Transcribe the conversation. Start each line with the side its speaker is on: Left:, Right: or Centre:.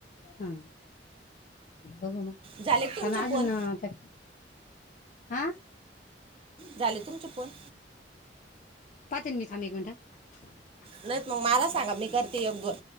Left: हा बघू मग
Right: झाले तुमचे
Left: काण अजून
Right: फोन
Left: काय आ
Right: झाले तुमचे फोन
Left: पाहते न मी थांब एक मिनिट
Right: नाहीत मग मला सांगा मी करती एक दोन